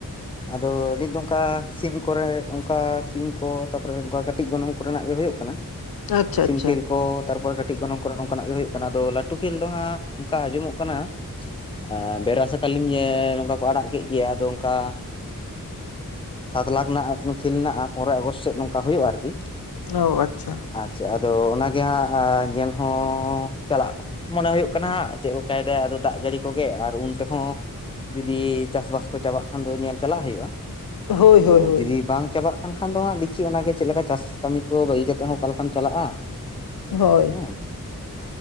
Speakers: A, on the left; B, on the left.
A: ᱟᱫᱚ ᱱᱤᱛ ᱫᱚᱢᱼᱼ ᱚᱱᱠᱟ ᱥᱤᱢ ᱠᱚᱨᱮ, ᱚᱱᱠᱟ ᱥᱤᱢ ᱠᱚ ᱛᱟᱯᱚᱨᱮ ᱚᱱᱠᱟ ᱠᱟᱹᱴᱤᱡ ᱜᱚᱱᱚᱝ ᱠᱚ ᱨᱮᱱᱟᱜ ᱜᱮ ᱦᱳᱭᱳᱜ ᱠᱟᱱᱟ᱾
B: ᱟᱪᱪᱷᱟ
A: ᱥᱤᱢ
B: ᱟᱪᱪᱷᱟ
A: ᱠᱷᱮᱞ ᱠᱚᱼᱼ ᱛᱟᱨᱯᱚᱨᱮ ᱠᱟᱹᱴᱤᱡ ᱜᱚᱱᱚᱝ ᱠᱚᱨᱮ ᱱᱚᱝᱠᱟᱱᱟᱜ ᱜᱮ ᱦᱳᱭᱳᱜ ᱠᱟᱱᱟ᱾ ᱟᱫᱚ ᱞᱟᱹᱴᱩ ᱠᱷᱮᱞ ᱫᱚ ᱦᱟᱸᱜ ᱚᱱᱠᱟ ᱟᱸᱡᱚᱢᱚᱜ ᱠᱟᱱᱟ᱾ ᱮᱸ <unintelligible> ᱱᱚᱝᱠᱟ ᱠᱚ ᱟᱲᱟᱜ ᱠᱮᱜ ᱜᱮᱭᱟ᱾ ᱟᱫᱚ ᱚᱱᱠᱟᱼᱼ ᱥᱟᱛ ᱞᱟᱠᱷ ᱨᱮᱱᱟᱜ ᱠᱷᱮᱞ ᱦᱮᱱᱟᱜᱼᱟ᱾ ᱯᱚᱱᱚᱨᱚᱭ ᱟᱜᱚᱥᱴ ᱥᱮᱫ ᱱᱚᱝᱠᱟ ᱦᱳᱭᱳᱜᱼᱟ ᱟᱨᱠᱤ᱾
B: ᱚ, ᱟᱪᱪᱷᱟ᱾
A: ᱟᱪᱪᱷᱟ, ᱟᱫᱚ ᱚᱱᱟᱜᱮ ᱦᱟᱸᱜ ᱧᱮᱞ ᱦᱚᱸ ᱪᱟᱞᱟᱜᱼᱼ ᱢᱚᱱᱮ ᱦᱩᱭᱩᱜ ᱠᱟᱱᱟ ᱦᱟᱸᱜ, ᱪᱮᱫ ᱞᱮᱠᱟᱭ ᱫᱟᱭ ᱟᱫᱚ ᱫᱟᱜ ᱡᱟᱹᱲᱤ ᱠᱚᱜᱮ, ᱟᱨ ᱩᱱ ᱛᱮᱦᱚᱸᱼᱼ ᱡᱩᱫᱤ ᱪᱟᱥᱵᱟᱥ ᱠᱚ ᱪᱟᱵᱟᱜ ᱠᱷᱟᱱ ᱫᱚ ᱧᱮᱞ ᱪᱟᱞᱟᱜ ᱦᱳᱭᱳᱜᱼᱟ᱾
B: ᱦᱳᱭ
A: ᱟᱫᱚ
B: ᱦᱳᱭ ᱦᱳᱭ
A: ᱡᱩᱫᱤ ᱵᱟᱝ ᱪᱟᱵᱟᱜ ᱠᱟᱱ ᱠᱷᱟᱱ ᱫᱚ ᱦᱟᱸᱜ, ᱫᱮᱠᱷᱤ ᱚᱱᱟᱜᱮ ᱪᱮᱫ ᱞᱮᱠᱟ ᱪᱟᱥ ᱠᱟᱹᱢᱤ ᱠᱚ ᱵᱟᱹᱜᱤ ᱠᱟ ᱠᱟᱛᱮ ᱦᱚᱸᱼᱼ ᱚᱠᱟ ᱞᱮᱠᱟᱢ ᱪᱟᱞᱟᱜᱼᱟ᱾
B: ᱦᱳᱭ,
A: ᱦᱮᱸ